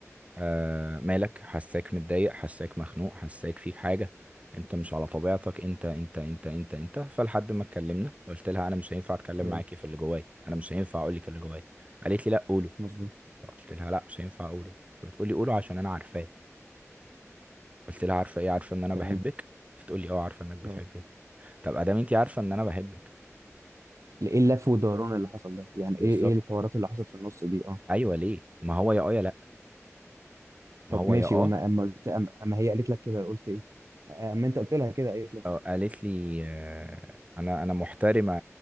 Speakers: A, on the right; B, on the right.
A: آه مالك حساك متضايق حساك مخنوق حساك فيك حاجه انت مش على طبيعتك انت انت انت انت انت فلحد ما اتكلمنا قلت لها انا مش هينفع اتكلم
B: اه
A: معاكي في اللي جوايا انا مش هينفع اقول لك اللي جوايا قالت لي لا قوله
B: مظبوط
A: قلت لها لا مش هينفع اقوله فبتقولي قوله عشان انا عارفاه قلت لها عارفه ايه عارفه ان انا
B: تمام
A: بحبك فتقولي اه عارفه انك بتحبني
B: اه
A: طب ادام انت عارفه ان انا بحبك
B: ايه اللف والدوران اللي حصل ده؟ يعني
A: بالظبط
B: ايه ايه الحوارات اللي حصلت في النص دي؟ اه
A: ايوه ليه ما هو يا اه يا لا ما
B: طب
A: هو
B: ماشي
A: يا اه
B: وما اما قلت اما أما هي قالت لك كده قلت ايه؟ اما انت قلت لها كده قالت لك
A: آه، قالت لي آه، انا انا محترمه